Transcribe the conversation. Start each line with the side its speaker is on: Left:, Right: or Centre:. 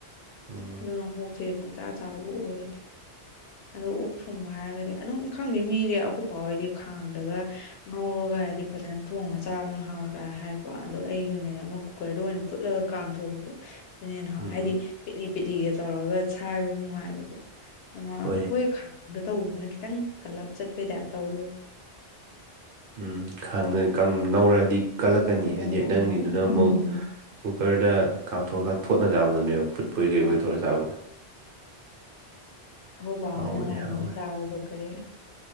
Right: ꯎꯝ
Left: ꯑꯗꯨꯅ ꯀꯣꯛꯁꯦ ꯄꯪꯆꯥ ꯆꯥꯕ ꯑꯣꯏ ꯑꯗꯣ ꯑꯣꯛ ꯊꯣꯡꯕ ꯍꯥꯏꯔꯒꯗꯤ ꯑꯗꯨꯝ ꯈꯪꯗꯦ ꯃꯤꯁꯦ ꯑꯀꯨꯞꯄ ꯍꯣꯏꯗꯤ ꯈꯥꯡꯗꯒ ꯉꯧꯔꯒ ꯍꯥꯏꯗꯤ ꯐꯖꯅ ꯊꯣꯡꯉꯒ ꯆꯥꯕꯗꯨꯅ ꯍꯥꯎꯔꯒ ꯍꯥꯏꯀꯣ ꯑꯗꯣ ꯑꯩꯒꯤ ꯑꯣꯏꯅꯗꯤ ꯑꯃꯨꯛ ꯀꯨꯀꯔꯗ ꯑꯣꯏꯅ ꯐꯨꯠꯂꯒ ꯀꯥꯝꯊꯣꯛꯕꯗꯣ ꯑꯗꯨꯅ ꯍꯦꯟ
Right: ꯎꯝ
Left: ꯍꯥꯏꯗꯤ ꯄꯤꯂꯤ ꯄꯦꯠꯂꯤꯒꯦ ꯇꯧꯔꯒ ꯁꯥꯏꯕꯗ ꯅꯨꯡꯉꯥꯏꯕꯗꯣ ꯑꯃ
Right: ꯍꯣꯏꯅꯦ
Left: ꯑꯈꯣꯏ ꯈꯥꯡꯗ ꯇꯧꯕꯗꯨꯅ ꯈꯤꯇꯪ ꯀꯜꯂꯞ ꯆꯠꯄꯩ ꯇꯥꯏꯞ ꯇꯧꯋꯦꯕ
Right: ꯎꯝ ꯈꯥꯡ ꯉꯧꯔꯛꯑꯗꯤ ꯀꯜꯂꯛꯀꯅꯤ
Left: ꯑꯣ
Right: ꯍꯥꯏꯗꯤ
Left: ꯍꯣꯏ
Right: ꯅꯪꯒꯤꯗꯨꯅ
Left: ꯍꯣꯏ
Right: ꯑꯃꯨꯛ ꯀꯨꯀꯔꯗ ꯀꯥꯝꯊꯣꯛꯔꯒ ꯊꯣꯠꯅ ꯆꯥꯕꯗꯨꯅꯦꯕ꯫ ꯐꯨꯠꯄꯣꯏ ꯀꯩꯕꯣꯏ
Left: <unintelligible>
Right: ꯇꯧꯔ ꯆꯥꯕꯗꯣ
Left: ꯑꯈꯣꯏ ꯕꯥ
Right: ꯍꯥꯎꯕꯅꯦ
Left: ꯍꯣꯏꯅ ꯑꯗꯨꯝꯒꯤ
Right: ꯍꯥꯎꯕꯅꯦ
Left: ꯆꯥꯕꯁꯨ ꯀꯔꯦ